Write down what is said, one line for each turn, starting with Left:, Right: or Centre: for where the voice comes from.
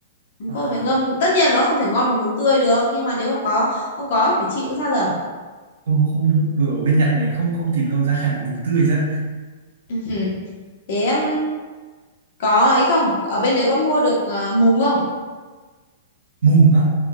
Left: bún
Right: à
Left: khô phải ngâm tất nhiên nó không thể ngon bằng bún tươi được nhưng mà nếu không có không có thì phải chịu sao giờ
Right: không không được. ở bên Nhật này không không tìm đâu ra được bún tươi rất
Left: <laughs> Ừ thế um, có ấy không ở bên đấy có mua được ờ, mùng không
Right: mùng á